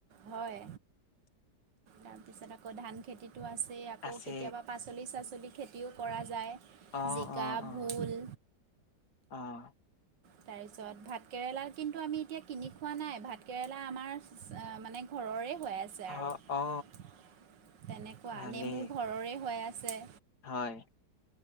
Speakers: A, on the right (about 80°); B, on the left (about 65°).
A: হয়, তাৰপিছত আকৌ ধান খেতিটো আছেই আকৌ
B: আছে
A: কেতিয়াবা পাচলি চাচলি খেতিও কৰা যায়
B: অ
A: জিকা
B: অ অ
A: ভোল।
B: অ'।
A: তাৰপিছত ভাতকেৰেলা কিন্তু আমি এতিয়া কিনি খোৱা নাই ভাতকেৰেলা আমাৰ অ', মানে ঘৰৰে হৈ আছে।
B: অ
A: আৰু
B: অ
A: তেনেকুৱা
B: ভালেই
A: নেমু ঘৰৰে হৈ আছে।
B: হয়।